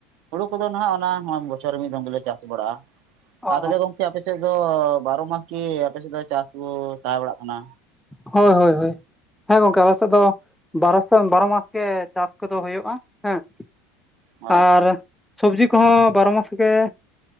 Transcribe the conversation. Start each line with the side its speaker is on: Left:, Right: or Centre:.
Right: ᱦᱩᱲᱩ ᱠᱚᱫᱚ ᱦᱟᱜ ᱚᱱᱟ ᱵᱚᱪᱷᱚᱨ ᱢᱤᱫ ᱫᱚᱢ ᱜᱮᱞᱮ ᱪᱟᱥ ᱵᱟᱲᱟᱜᱼᱟ ᱾
Centre: ᱚ
Right: ᱟᱨ ᱛᱚᱵᱮ ᱜᱚᱝᱠᱮ ᱟᱯᱮᱥᱮᱫ ᱫᱚ ᱵᱟᱨᱚ ᱢᱟᱥ ᱠᱤ ᱟᱯᱮᱥᱮᱫ ᱫᱚ ᱪᱟᱥ ᱠᱚ ᱛᱟᱦᱮᱸ ᱵᱟᱲᱟᱜ ᱠᱟᱱᱟ᱾
Centre: ᱦᱳᱭ ᱦᱳᱭ ᱦᱳᱭ ᱾ ᱦᱮᱸ ᱜᱚᱝᱠᱮ ᱟᱞᱮᱥᱮᱫ ᱫᱚ ᱵᱟᱨᱚᱥᱚᱝ ᱵᱟᱨᱚ ᱢᱟᱥ ᱜᱮ ᱪᱟᱥ ᱠᱚᱫᱚ ᱦᱩᱭᱩᱜᱼᱟ ᱦᱮᱸ ᱾
Right: ᱦᱳᱭ
Centre: ᱟᱨ ᱥᱚᱵᱽᱡᱤ ᱠᱚᱦᱚᱸ ᱵᱟᱨᱚ ᱢᱟᱥ ᱜᱮ,